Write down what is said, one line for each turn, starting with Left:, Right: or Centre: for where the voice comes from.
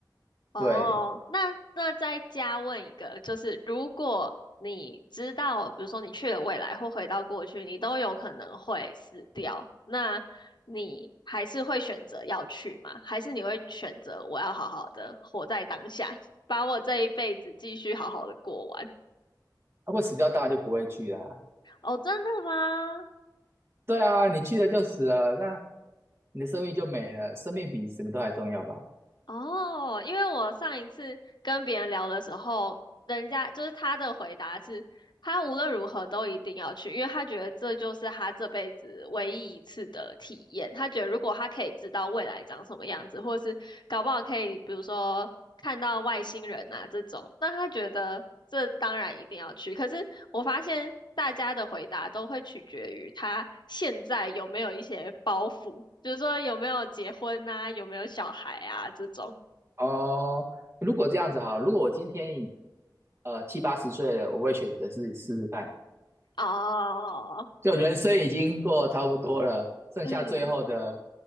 Left: 哦，
Right: 对。
Left: 那那再加问一个，就是如果你知道，比如说你去了未来或回到过去，你都有可能会死掉，那你还是会选择要去吗？还是你会选择我要好好的活在当下，把我这一辈子继续好好的过完？
Right: 啊，会死掉当然就不会去啦、啊
Left: 哦，真的吗？
Right: <laughs> 对啊，你去了就死了，那你的生命就没了，生命比什么都还重要吧？
Left: 哦，因为我上一次跟别人聊的时候，人家就是他的回答是。他无论如何都一定要去，因为他觉得这就是他这辈子唯一一次的体验。他觉得如果他可以知道未来长什么样子，或是搞不好可以，比如说看到外星人啊这种，那他觉得这当然一定要去。可是我发现大家的回答都会取决于他现在有没有一些包袱，就是说有没有结婚啊，有没有小孩啊这种。
Right: 哦，如果这样子哈，如果我今天呃七八十岁了，我会选择是试试看。
Left: 哦，
Right: 就人生已经过差不多了，剩下最后的
Left: 嗯，